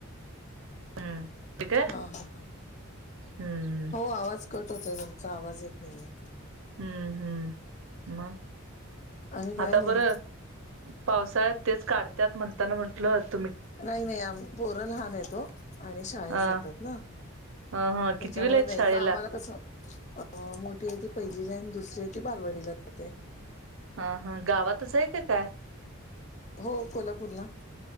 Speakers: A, on the right (about 65°); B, on the left (about 35°).
A: हम्म ठीक आहे
B: हा हा हा.
A: हम्म
B: हो आवाज कट होतय तुमचा आवाज येत नाहीे.
A: हम्म हम्म मग
B: आणि काय
A: आता बरं.
B: नाही
A: पावसाळ्यात तेच काढत्यात म्हणताना म्हटलत.
B: नाही नाही आम पोर लहान येतो आणि शाळेत
A: ह
B: जातात ना.
A: ह ह
B: त्याच्यामुळे
A: कितवीला आहेत
B: नाही
A: शाळेला
B: मग आम्हाला कस अ. अ मोठी आहे ती पहिलीला आणि दुसरी आहे ती बालवाडीला जाते.
A: हा हा गावातच आहे का काय.
B: हो कोल्हापूरला.